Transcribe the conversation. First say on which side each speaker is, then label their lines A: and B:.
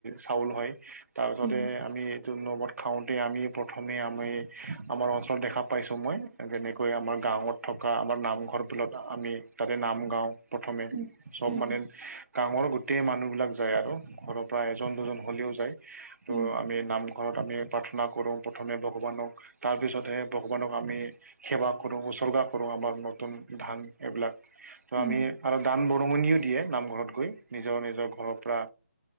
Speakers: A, on the right; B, on the right.
A: চাউল হয় তাৰপিছতে
B: উম
A: আমি। ন ভাত খাওঁতে আমি প্ৰথমে আমি আমাৰ অঞ্চলত দেখা পাইছোঁ মই। যেনেকৈ আমাৰ গাঁৱত থকা আমাৰ নামঘৰবিলত আমি তাতে নাম গাওঁ। প্ৰথমে
B: উম
A: চব
B: উম উম
A: মানে গাঁৱৰ গোটেই মানুহবিলাক যায় আৰু ঘৰৰ পৰা। এজন দুজন হ'লেও যায় ত'
B: উম
A: আমি নামঘৰত আমি প্ৰাৰ্থনা কৰোঁ প্ৰথমে ভগৱানক। তাৰপিছতহে ভগৱানক আমি সেৱা কৰোঁ উছৰ্গা কৰোঁ আমাৰ নতুন। ধান এইবিলাক ত'
B: উম
A: আমি আৰু দান বৰঙণিও দিয়ে নামঘৰত গৈ নিজৰ- নিজৰ। বা